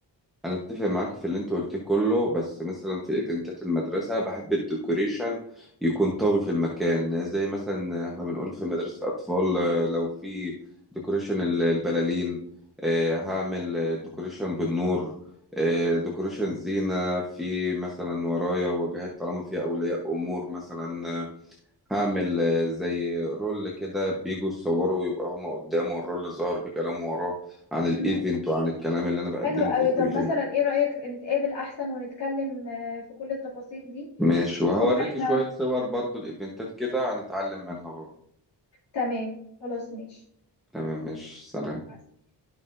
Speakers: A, in the centre; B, on the left.
A: انا اتفق معاك في اللي انت قلتيه كله بس مثلا في ايفنتات المدرسه بحب الديكوريشن يكون طاغي في المكان زي مثلا احنا بنقول في مدرسه الاطفال آه، لو في ديكوريشن ال- البلالين آه، هعمل آه، ديكوريشن بالنور آه، ديكوريشن زينه في مثلا ورايا واجهات طالما فيها اولياء امور مثلا آه، هعمل آه، زي رول كده بيجوا يصوروا ويبقى هما قدامه الرول ظاهر بكلامه وراه عن الايفنت
B: مم.
A: وعن الكلام اللي انا بقدمه
B: حلو قوي
A: في الايفنت
B: طب مثلا ايه رأيك نتقابل احسن ونتكلم آه، في كل التفاصيل دي
A: ماشي
B: بحيث
A: وهوريكي
B: ان احنا
A: شوية صور برضو الإيفنتات كده هنتعلم منها برضو
B: تمام خلاص ماشي
A: تمام ماشي سلام
B: مع السلامة.